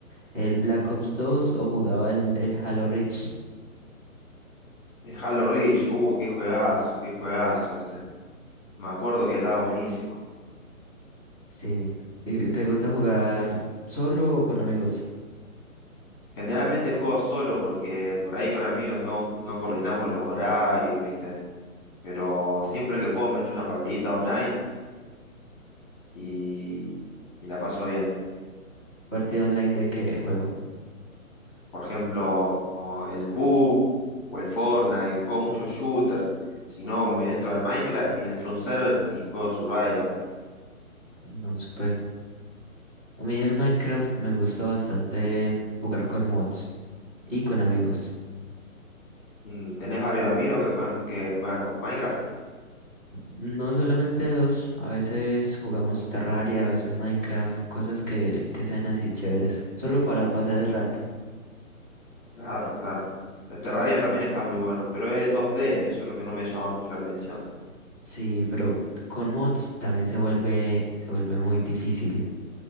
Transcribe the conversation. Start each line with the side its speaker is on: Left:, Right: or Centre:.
Right: el Black Ops 2 o jugaba el, el Halo Reach.
Left: De Halo Reach, uh, qué juegazo, qué juegazo ese. Me acuerdo que estaba buenísimo.
Right: Sí. ¿Y te gusta jugar solo o con amigos?
Left: Generalmente juego solo porque por ahí con amigos no, no coordinamos los horarios, ¿viste? Pero siempre que puedo me echo una partidita online y, y la paso bien.
Right: ¿Partido online de qué juego?
Left: Por ejemplo, o el PUBG o el Fortnite, juego muchos shooters. Si no, me entro al Minecraft y entro a un server y juego Survival.
Right: No, super. A mí el Minecraft me gusta bastante mm, jugar con mods y con amigos.
Left: Mm, ¿Tenés varios amigos que juegan, que juegan con Minecraft?
Right: No solamente dos, a veces jugamos Terraria, a veces Minecraft, cosas que, que sean así chéveres, solo para pasar el rato.
Left: Claro, claro. El Terraria también está muy bueno, pero es en dos d eso es lo que no me llama mucho la atención.
Right: Sí, pero con mods también se vuelve, se vuelve muy difícil.